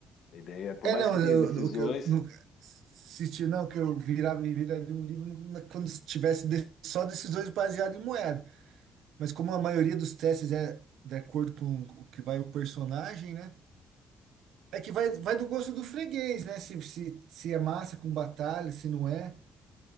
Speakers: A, on the left; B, on the right.
A: A ideia, por
B: É,
A: mais
B: não,
A: que
B: eu,
A: tenha decisões,
B: eu, eu nunca. Se ti- não, que eu virava e viraria um livro no- na- quando tivesse de- só decisões baseadas em moeda. Mas como a maioria dos testes é de acordo com o que vai o personagem, né? É que vai, vai do gosto do freguês, né? Se, se, se é massa com batalha, se não é.